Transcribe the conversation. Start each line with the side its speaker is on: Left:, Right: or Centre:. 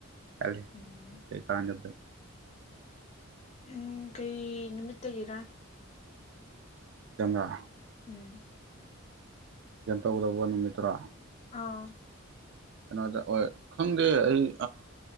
Right: ꯆꯠꯂ
Left: ꯎꯝ
Right: ꯀꯔꯤ ꯀꯥꯟꯗꯕꯗ
Left: ꯎꯝ ꯀꯩ ꯅꯨꯃꯤꯠꯇꯒꯤꯔꯥ
Right: ꯑꯗꯨꯅ
Left: ꯎꯝ
Right: ꯒꯟ ꯇꯧꯒꯗꯧꯕ ꯅꯨꯃꯤꯠꯇꯔꯥ
Left: ꯑꯥ
Right: ꯀꯩꯅꯣꯗ ꯍꯣꯏ ꯈꯪꯗꯦ ꯑꯩ